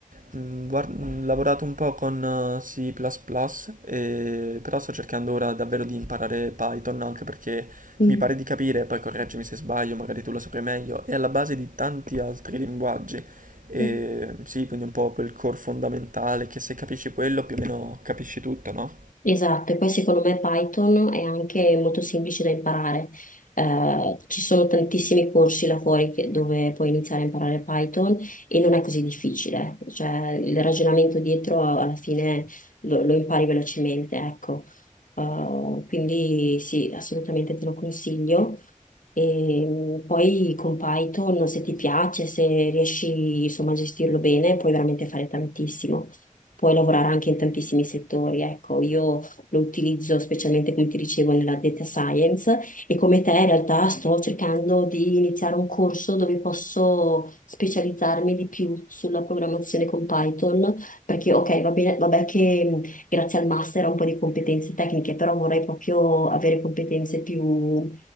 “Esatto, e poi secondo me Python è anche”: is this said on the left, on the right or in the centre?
Left